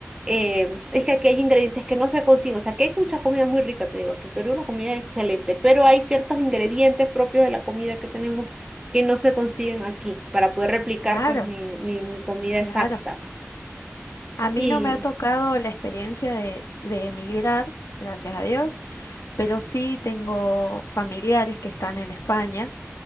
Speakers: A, on the right (about 15°); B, on the left (about 85°).
A: Eh, es que aquí hay ingredientes que no se consiguen. O sea, que hay muchas comidas muy ricas, te digo, aquí en Perú la comida es excelente, pero hay ciertos ingredientes propios de la comida que tenemos que no se consiguen aquí para poder replicar
B: Claro,
A: pues mi, mi, mi comida
B: claro.
A: exacta.
B: A mí
A: Y,
B: no me ha tocado la experiencia de, de emigrar, gracias a Dios, pero sí tengo familiares que están en España